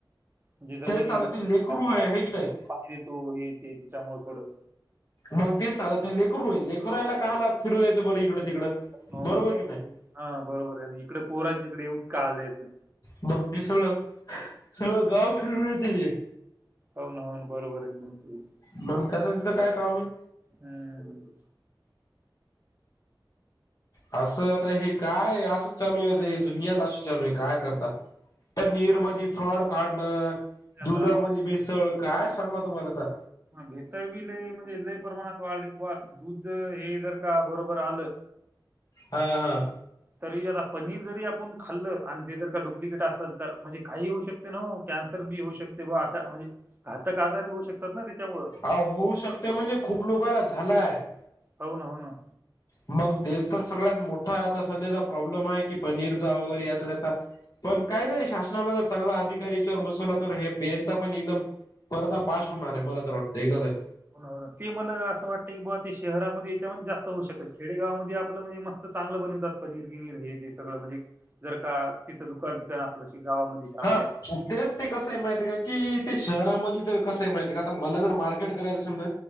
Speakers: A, on the right; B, on the left.
A: म्हणजे जमिनीला
B: तेच आता ते लेकरू
A: खाली
B: आहे
A: आपण
B: हे की नाही.
A: पाय देतो हे ते त्याच्यामुळ थोडं.
B: मग तेच ना आता ते लेकरु हे लेकराला काहाला फिरू द्यायचं बरं इकडं तिकडं.
A: हो
B: बरोबर
A: ना त्याला
B: की नाही
A: हा बरोबर आहे ना, इकडे पोराच्या इकडे पोराचं इकडं येऊन का दायचं.
B: मग तस, सं सगळं गाव फिरून येत ते,
A: होन होन बरोबर तुम्हच.
B: मग त्यांचं तीथ काय काम आहे.
A: हम्म.
B: असं आता हे काय असं चालू आहे दुनियाच असी चालू आहे काय करतात. पनीर मधी फ्रॉड काढणं,
A: आता
B: दुधामध्ये भेसळ काय सांगाव तुम्हाला आता.
A: भेसळ बी लय म्हणजे लय प्रमाणात वाढली की बा दूध हे जर का बरोबर आलं.
B: हा हा
A: तरी आता पनीर जरी आपुण खाल्लं आणि ते जर का डुप्लिकेट असेल तर म्हणजे काही होऊ शकत. कॅन्सर बी होऊ शकते बा अशा म्हणजे घातक आजार बी होऊ शकतात ना त्यांच्यामुळे.
B: हा होउ शकतो. ते म्हणजे खूप लोकाला झालायं.
A: होन हो ना
B: मग तेच तर सगळ्यात मोठा आता सध्याचा प्रॉब्लेम आहे की पनीरचा वगैरे याचा त्यांचा पण काय नाही शासनाला जर चांगला अधिकारी यांच्यावर बसवला तर हे बीचा पण एकदम पर्दा फास होणार आहे, मला तर वाटतं एकदा तरी.
A: हो ते मला असं वाटतं की बाबा ते शहरामध्ये यांच्यामध्ये जास्त होऊ शकल खेडेगावामध्ये आपलं म्हणजे मस्त चांगलं बनवतात पनीर गिनीर हे ते सगळं म्हणजे जर का तिथं दुकान बीकान असलं ती गावामध्ये. आपल्या
B: हा तेच ते कसं आहे माहित आहे का, की ते शहरामध्ये तर कसं आहे माहित आहे का आता मला जर मार्केट करायचं असेल ना‌.